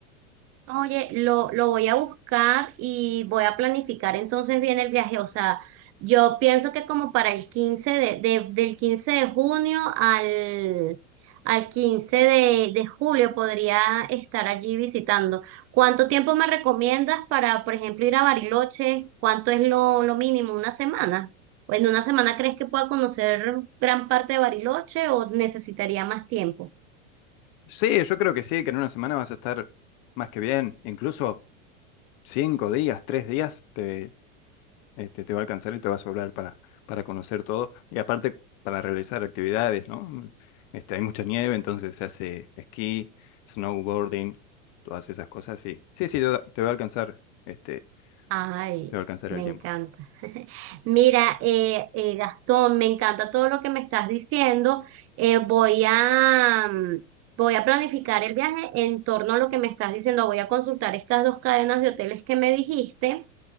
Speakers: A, on the right (about 35°); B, on the left (about 50°).
A: Oye, lo, lo voy a buscar y voy a planificar entonces bien el viaje. O sea, yo pienso que como para el 15 de, de- del 15 de junio al, al 15 de, de julio podría estar allí visitando. ¿Cuánto tiempo me recomiendas para, por ejemplo, ir a Bariloche? ¿Cuánto es lo, lo mínimo? ¿Una semana? ¿O en una semana crees que pueda conocer gran parte de Bariloche o necesitaría más tiempo?
B: Sí, yo creo que sí, que en una semana vas a estar más que bien, incluso cinco días, tres días, te, este, te va a alcanzar y te va a sobrar para, para conocer todo. Y aparte, para realizar actividades, ¿no? Este, hay mucha nieve, entonces se hace esquí, snowboarding, todas esas cosas, sí. Sí, sí, te va te va a alcanzar, este,
A: Ay,
B: te va a alcanzar
A: me
B: el tiempo.
A: encanta. <laughs> Mira, eh, eh, Gastón, me encanta todo lo que me estás diciendo. Eh, voy a, mm, voy a planificar el viaje en torno a lo que me estás diciendo. Voy a consultar estas dos cadenas de hoteles que me dijiste